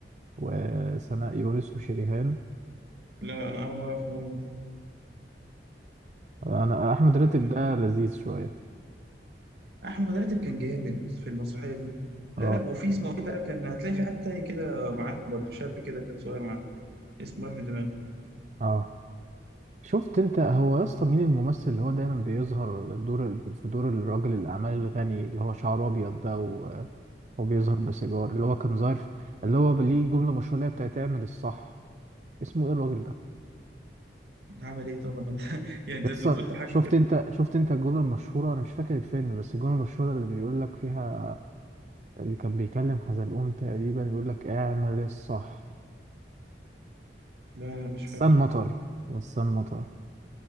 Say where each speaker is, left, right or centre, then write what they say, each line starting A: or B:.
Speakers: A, on the right; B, on the right.
A: وسناء يونس وشريهان
B: لا لا أنا أول مرة أعرف المعلومة دي
A: انا احمد راتب
B: لا لا
A: ده لذيذ شويه
B: أحمد راتب كان جامد في المسرحية دي لا
A: اه
B: لا وفي اسمه إيه بقى كان هتلاقي في حد تاني كده معاهم برضه شاب كده كان صغير معاهم اسمه راح من دماغي
A: اه شفت انت هو يا اسطى مين الممثل اللي هو دايما بيظهر دور ال- في دور الراجل الاعمال الغني اللي هو شعره ابيض ده و- وبيظهر بسيجار اللي هو كان ظاهر في- اللي هو ليه جمله مشهوره اللي هي بتاعت اعمل الصح اسمه ايه الراجل ده
B: بعمل ايه طبعا ما انت <laughs> يعني انت
A: يا اسطى
B: أنت قلت حاجه
A: شفت
B: كده
A: انت شفت انت الجمله المشهوره انا مش فاكر الفيلم بس الجمله المشهوره اللي بيقول لك فيها اللي كان بيكلم حزلقوم تقريبا يقول لك اعمل الصح
B: لا لا مش
A: السن
B: فاكر
A: مطر والسن مطر